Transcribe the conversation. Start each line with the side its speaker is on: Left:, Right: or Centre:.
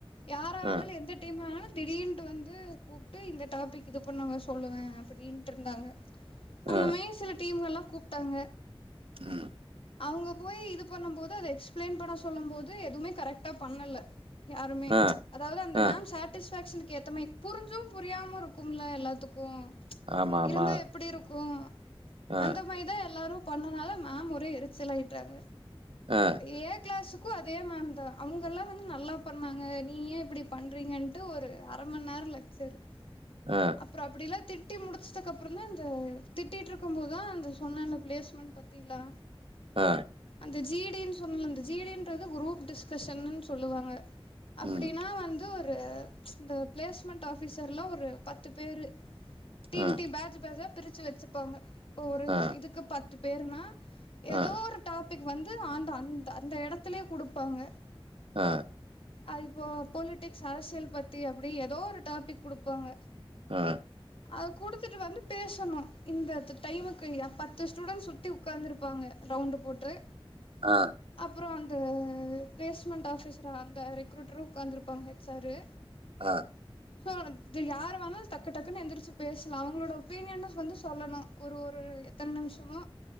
Left: யார்
Right: ஆ
Left: எந்த டீம் வேனாலு திடீர்ன்ட்டு வந் து கூப்ட்டு இந்த டாப்பிக் இது பண்ணுங்க சொல்லுங்க அப்டின்ட்டு இருந்தாங்க அந்தமாயி
Right: ஆ
Left: சில டீம்கள்லா கூப்ட்டாங்க
Right: ம்
Left: அவங்க போய் இது பண்ணும் போது அத எக்ஸ்பிளைன் பண்ண சொல்லு போது எதுமே கரெக்டா பண்ணல யாருமே
Right: ஆ
Left: அதாவது அந்த
Right: ஆ
Left: மேம் சாட்டிஸ்பேக்ஸனுக்கு எத்தம புரிஞ்சு புரியாம இருக்கும்ல எல்லாத்துக்கு‌
Right: ஆமா
Left: இருந்தா
Right: ஆமா
Left: எப்டி இருக்கு
Right: ஆ
Left: அந்த மாரிதா எல்லாரு பண்ணனால மேம் ஒரே எரிச்சல்லாய்ட்டங்கா
Right: ஆ
Left: ஏ க்ளாஸ் ருக்கு அதே மேம் தா அவங்க எல்லா வந்து நல்லா பண்ணாங்க நீ ஏ இப்டி பண்றீங்க ஒரு அரமணி நேர‌ லக் சரு
Right: ஆ
Left: அப்புறோ அப்டில்லா திட்டி முடிச்சது அப்புறோ தா இந்த திட்டிட்டு இருக்கு போதுதா அந்த சொன்னாங்க பிளேஸ்மெண்ட் பத் திலா
Right: ஆ
Left: அந்த ஜிடினு சொன்னல அந்த ஜிடின்றது குரூப் டிஸ்கஷ்ன்னு சொல்லுவாங்க அப்டின்னா
Right: ம்
Left: வந்து ஒரு இந்த பிளேஸ் மென்ட் ஆபிசர்லா ஒரு பத்து பேரு டீம்
Right: ஆ
Left: டீம் பேட்ச் பேட்ச்சா பிரிச்சு வச்சுப்பாங்க இப்ப ஒரு
Right: ஆ
Left: இதுக்கு பத்து பேருனா ஏதோ
Right: ஆ
Left: ஒரு டாபிக் வந்து ஆந் அந் அந்த எடத்துலே குடுப்பாங்க
Right: ஆ
Left: அது இப்போ பொலிடிக்ஸ் அரசியல் பத்தி அப்டி ஏதோ ஒரு டாபிக் குடுப்பாங்க
Right: ஆ
Left: அத குடுத்துட்டு வந்து பேசணு இந்தத்த டைமுக்கு பத்து ஸ்டூடெண்ட்ஸ் சுத்தி உக்காந்துருப்பாங்க ரவுண்டு போட்டு
Right: ஆ
Left: அப்புறோ அந்த பிளேஸ்மெண்ட் ஆஃபிசரா அந்த ரெக்ரூட்டரு உகாந்துருப்பாங்க ஹச் ஆரு
Right: ஆ
Left: சோ யாரு வேணாலு டக்கு டக்குன்னு எந்திரிச்சு பேசலா அவங்களோட ஒப்பீனியன் வந்து சொல்லணு ஒரு ஒரு எத்தன நிமிஷமோ